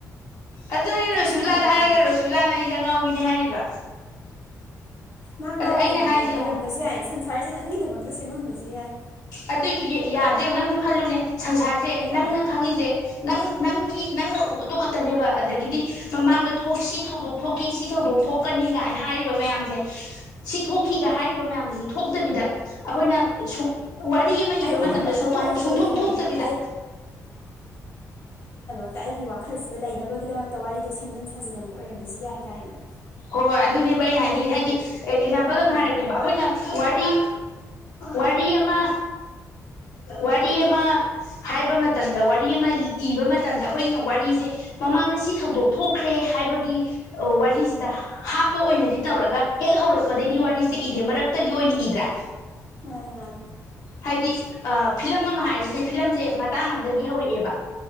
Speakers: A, on the left; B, on the left.
A: ꯑꯗꯨ ꯑꯩꯅ
B: ꯂꯧꯁꯤꯟꯕ
A: ꯔꯨꯁꯤꯕꯤꯂꯥꯗ
B: ꯉꯝꯃꯦ
A: ꯍꯥꯏꯔꯒ ꯔꯨꯁꯤꯕꯤꯂꯥꯅ ꯑꯩꯖꯦ ꯑꯉꯥꯎꯕꯤꯅꯦ ꯍꯥꯏꯔꯤꯕ꯫
B: ꯃꯥ ꯉꯥꯎꯕꯩꯅꯦ
A: ꯑꯗ ꯑꯩꯅ ꯍꯥꯏꯁꯦ
B: ꯚꯥꯏ ꯑꯣꯏꯔꯝꯕꯁꯨ
A: ꯌꯦꯡꯉꯣ
B: ꯌꯥꯏ ꯁꯪꯁꯥꯔꯁꯦ ꯅꯪꯒꯤꯗꯃꯛꯇ ꯁꯦꯝꯃꯝꯕꯁꯨ ꯌꯥꯏ
A: ꯑꯗꯨ ꯌꯥꯗ꯭ꯔꯦ ꯅꯪꯁꯨ ꯈꯜꯂꯨꯅꯦ ꯁꯪꯁꯥꯔꯁꯦ
B: ꯌꯥꯏ
A: ꯅꯪꯅ ꯈꯪꯉꯤꯁꯦ ꯅꯪ ꯅꯪꯒꯤ ꯅꯪꯅ ꯎꯕꯥꯗꯣ ꯈꯛꯇꯅꯦꯕ ꯑꯗꯒꯤꯗꯤ ꯃꯃꯥꯡꯗ ꯊꯣꯛ ꯁꯤ ꯊꯧꯗꯣꯛ ꯊꯣꯛꯈꯤ ꯁꯤ ꯊꯧꯗꯣꯛ ꯊꯣꯛꯀꯅꯤ ꯀꯥꯏꯅ ꯍꯥꯏꯔꯤꯕ ꯃꯌꯥꯝꯁꯦ ꯁꯤ ꯊꯣꯛꯈꯤꯒ ꯍꯥꯏꯔꯤꯕ ꯃꯌꯥꯝꯗꯨꯁꯨ ꯊꯣꯛꯇꯕꯤꯗ ꯑꯩꯈꯣꯏꯅ ꯋꯥꯔꯤ ꯑꯃ
B: ꯑꯩꯒꯤꯗꯃꯛꯇ
A: ꯏꯕ ꯃꯇꯝꯗ ꯁꯨꯡꯊꯣꯛ
B: ꯋꯥꯔꯤꯗꯣ ꯏꯔꯝ
A: ꯊꯣꯛꯇꯕꯤꯗ
B: ꯑꯩ ꯍꯦꯛꯇ ꯑꯩꯒꯤ ꯋꯥꯈꯜꯁꯤꯗ ꯂꯩꯅꯕꯒꯤꯗꯃꯛꯇ ꯋꯥꯔꯤꯗꯣ ꯁꯦꯝꯖꯤꯟ ꯁꯥꯖꯤꯜꯂꯝꯕ ꯑꯣꯏꯔꯝꯕꯁꯨ ꯌꯥꯏ ꯀꯥꯏꯅ
A: ꯍꯣꯏ ꯍꯣꯏ ꯑꯗꯨꯅꯦꯕ ꯑꯩꯅ ꯍꯥꯏꯅꯤꯡ ꯍꯥꯏꯗꯤ ꯑꯦꯛꯖꯥꯝꯄꯜ
B: ꯎꯝ
A: ꯑꯃ ꯍꯥꯏꯔꯛꯀꯦꯕ ꯑꯩꯈꯣꯏꯅ ꯋꯥꯔꯤ ꯋꯥꯔꯤ ꯑꯃ ꯋꯥꯔꯤ ꯑꯃ ꯍꯥꯏꯕ ꯃꯇꯝꯗ ꯋꯥꯔꯤ ꯑꯃ ꯏꯕ ꯃꯇꯝꯗ ꯑꯩꯈꯣꯏꯅ ꯋꯥꯔꯤꯁꯦ ꯃꯃꯥꯡꯗ ꯁꯤ ꯊꯧꯗꯣꯛ ꯊꯣꯛꯈ꯭ꯔꯦ ꯍꯥꯏꯕꯒꯤ ꯋꯥꯔꯤꯁꯤꯗ ꯍꯥꯞꯄ ꯑꯣꯏꯅꯗꯤ ꯇꯧꯔꯒ ꯍꯦꯛ ꯍꯧꯔꯛꯄꯗꯩꯗꯤ
B: ꯎꯝ
A: ꯋꯥꯔꯤꯁꯦ ꯏꯗꯦ ꯃꯔꯛꯇꯒꯤ ꯑꯣꯏꯅ ꯏꯗ꯭ꯔꯥ
B: ꯃꯥꯅꯤ ꯃꯥꯅꯤ
A: ꯍꯥꯏꯗꯤ ꯐꯤꯂꯝ ꯑꯃ ꯍꯥꯏꯔꯤꯁꯤꯅꯦ ꯐꯤꯂꯝꯁꯦ ꯃꯇꯥꯡ ꯑꯗꯒꯤ ꯍꯧꯔꯛꯑꯦꯕ